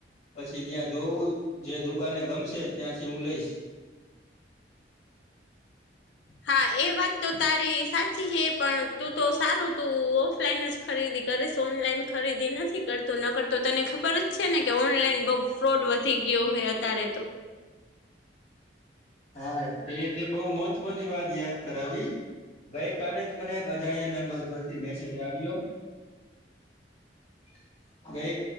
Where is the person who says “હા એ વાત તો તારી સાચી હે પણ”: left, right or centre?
Left